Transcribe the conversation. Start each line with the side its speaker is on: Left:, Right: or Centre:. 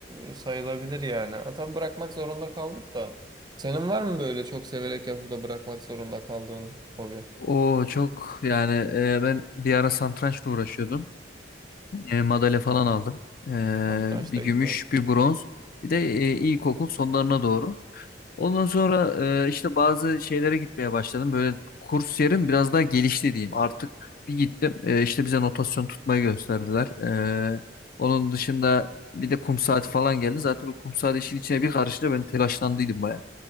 Right: e, sayılabilir yani. Ha, tabii bırakmak zorunda kaldık da. Senin var mı böyle çok severek yapıp da bırakmak zorunda kaldığın hobi?
Left: O çok yani e, ben bir ara satrançla uğraşıyordum. E, madalya falan aldım. E,
Right: Satranç
Left: bir
Right: da
Left: gümüş,
Right: güzel.
Left: bir bronz. Bir de e, ilkokul sonlarına doğru. Ondan sonra e, işte bazı şeylere gitmeye başladım. Böyle kurs yerim biraz daha gelişti diyeyim. Artık bir gittim. E, işte bize notasyon tutmayı gösterdiler. E, onun dışında bir de kum saati falan geldi. Zaten o kum saati işin içine bir karıştı. Ben telaşlandıydım baya.